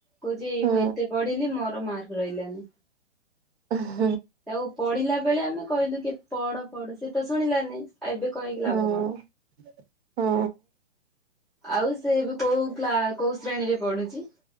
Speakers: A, in the centre; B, on the right.
A: କହୁଛି
B: ହଁ
A: ମୁଁ ଏତେ ପଢିଲି ମୋର ମାର୍କ ରହିଲାନି।
B: ହଁ।
A: ତାକୁ ପଢିଲା ବେଳେ ଆମେ କହିଲୁ କେତେ ପଢ ପଢ ସେ ତ ଶୁଣିଲାନି। ଏବେ କହିକି ଲାଭ
B: ହଁ।
A: କଣ?
B: ହଁ
A: ଆଉ ସେ ଏବେ କୋଉ କ୍ଲା କୋଉ ଶ୍ରେଣୀରେ ପଢୁଛି?